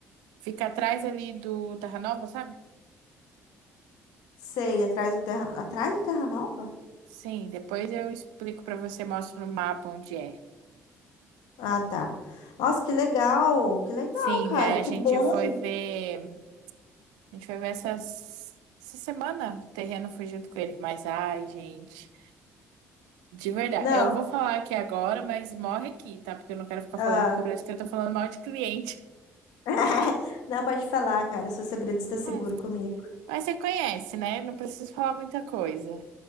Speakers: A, on the right; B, on the left.
A: Fica atrás ali do Terra Nova, sabe?
B: Sei, atrás do Terra... Atrás do Terra Nova?
A: Sim, depois eu explico pra você, mostro no mapa onde é.
B: Ah, tá. Nossa, que legal! Que legal,
A: Sim,
B: cara.
A: daí
B: Que
A: a gente
B: bom!
A: foi ver, a gente foi ver essas, essa semana, o terreno foi junto com ele, mas ai, gente, de verdade,
B: Não.
A: eu vou falar aqui agora, mas morre aqui, tá? Porque eu não quero ficar
B: Ah.
A: falando, porque parece que eu tô falando mal de cliente.
B: <laughs> Não, pode falar, cara. Seu segredo está seguro
A: Mas,
B: comigo.
A: mas você conhece, né? Não preciso falar muita coisa.